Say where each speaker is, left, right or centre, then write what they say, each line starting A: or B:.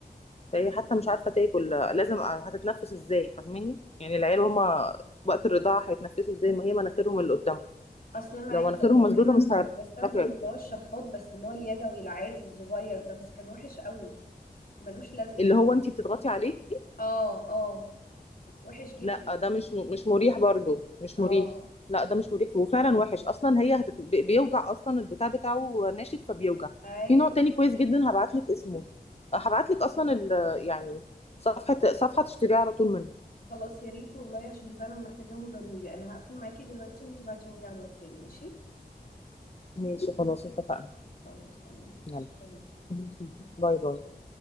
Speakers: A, on the left (about 40°); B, on the left (about 60°).
A: فهي حتى مش عارفه تاكل لازم هتتنفس ازاي فاهماني يعني العيال هما وقت الرضاعه هيتنفسوا ازاي ما هي مناخيرهم اللي قدامهم
B: اصل انا
A: لو
B: عايزه
A: مناخيرهم
B: اقول لك
A: مسدوده
B: انا
A: مش
B: كنت
A: هيعرفوا
B: بستخدم
A: ياكلوا
B: اللي هو الشفاط بس اللي هو اليدوي العادي الصغير ده بس كان وحش قوي ملوش لازمه
A: اللي هو انت بتضغطي عليه
B: اه اه وحش جدا
A: لا ده مش م- مش مريح برضو مش
B: اه
A: مريح لا ده مش مريح وفعلا وحش اصلا هي هتت... بي- بيوجع اصلا البتاع بتاعه ناشف فبيوجع
B: ايوه
A: في نوع تاني كويس جدا هبعت لك اسمه هبعت لك اصلا ال... يعني صفحة صفحة تشتريها على طول منها
B: خلاص يا ريت والله عشان فعلا محتاجاهم ضروري انا هقفل معاكي دلوقتي وانتي بعتيهم لي على الواتساب ماشي
A: ماشي خلاص اتفقنا
B: خلاص تمام ماشي
A: يلا
B: سلام
A: ماشي. باي باي